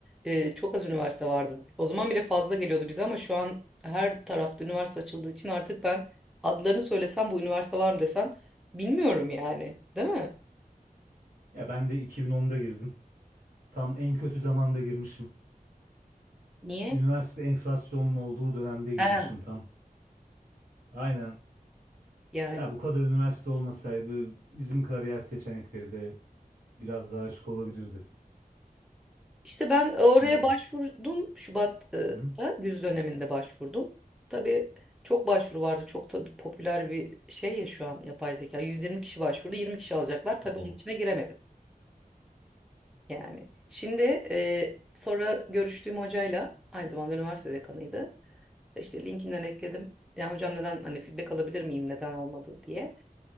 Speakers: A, in the centre; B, on the right.
A: Ee, çok az üniversite vardı. O zaman bile fazla geliyordu bize ama şu an her tarafta üniversite açıldığı için artık ben adlarını söylesem bu üniversite var mı desem bilmiyorum yani. Değil mi?
B: Ya ben de 2010'da girdim. Tam en kötü zamanda girmişim.
A: Niye?
B: Üniversite enflasyonun olduğu dönemde girmişim
A: Ha.
B: tam. Aynen.
A: Yani
B: Ya bu kadar üniversite olmasaydı bizim kariyer seçenekleri de biraz daha açık olabilirdi.
A: İşte ben e, oraya
B: Şimdi.
A: başvurdum Şubat'ta
B: Hı?
A: güz döneminde başvurdum. Tabii çok başvuru vardı. Çok tabii popüler bir şey ya şu an yapay zeka. 120 kişi başvurdu. 20 kişi alacaklar. Tabii
B: Oo.
A: onun içine giremedim. Yani şimdi e, sonra görüştüğüm hocayla aynı zamanda üniversite dekanıydı. İşte LinkedIn'den ekledim. Ya hocam neden hani feedback alabilir miyim neden olmadı diye.